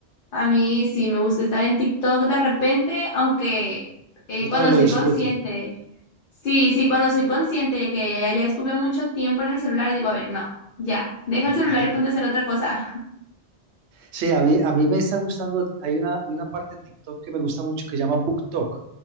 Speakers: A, on the left (about 60°); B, on the right (about 70°).
A: A mí sí me gusta estar en TikTok de repente, aunque eh,
B: yo
A: cuando
B: también lo
A: soy
B: disfruto.
A: consciente, sí, sí, cuando soy consciente de que ya, ya estuve mucho tiempo en el celular, digo, a ver, no, ya, deja
B: <laughs>
A: el celular y ponte a hacer otra cosa.
B: Sí, a mí, a mí me está gustando, hay una, una parte de TikTok que me gusta mucho que se llama BookTok,